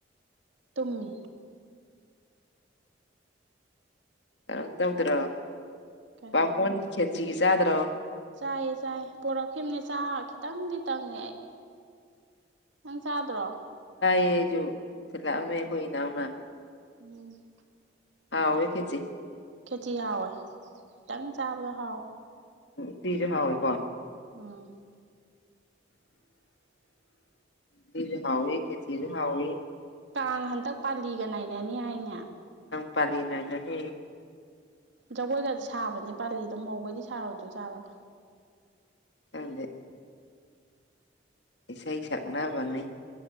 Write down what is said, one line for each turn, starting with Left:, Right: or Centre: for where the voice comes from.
Right: ꯇꯨꯝꯃꯤ
Left: ꯀꯩꯅꯣ ꯇꯧꯗ꯭ꯔꯣ
Right: ꯀꯔꯤ
Left: ꯕꯥꯃꯣꯟ ꯈꯦꯆꯒꯤ ꯆꯥꯗ꯭ꯔꯣ
Right: ꯆꯥꯏꯌꯦ ꯆꯥꯏ ꯄꯣꯔꯛꯈꯤꯕꯅꯦ ꯆꯥ ꯈꯤꯇꯪꯗꯤ ꯇꯪꯉꯦ ꯑꯩ ꯅꯪ ꯆꯥꯗ꯭ꯔꯣ
Left: ꯌꯦꯁꯨ ꯆꯂꯃꯦ ꯀꯣꯏꯅꯅꯥꯎꯅ
Right: ꯎꯝ
Left: ꯑ ꯔꯦꯈꯦꯁꯤ
Right: ꯈꯦꯇꯤ ꯍꯥꯎꯋꯦ ꯈꯤꯇꯪ ꯆꯥꯕꯗꯣ ꯍꯥꯎꯋꯦ
Left: ꯎ ꯁꯤꯖꯍ ꯑꯣꯏꯀꯣ
Right: ꯎꯝ
Left: ꯆꯤꯖ ꯍꯥꯎꯋꯏ ꯀꯦ ꯆꯤꯖ ꯍꯥꯎꯤ
Right: ꯀꯥꯡ ꯍꯟꯗꯛ ꯄꯥꯜꯂꯤꯒ ꯅꯥꯏꯅꯅꯤ ꯍꯥꯏꯅꯦ
Left: ꯄꯗꯤꯅꯤꯅꯥꯀꯤ
Right: ꯖꯒꯣꯏꯒꯗꯤ ꯁꯥꯕꯅꯦ ꯄꯥꯜꯂꯤꯗꯣ ꯃꯧꯈꯩꯗꯤ ꯁꯥꯔꯣꯏꯗ ꯆꯥꯠꯂꯥ
Left: ꯍꯗꯦ ꯑꯦꯁꯥ ꯍ ꯁꯛꯅꯕꯅꯤ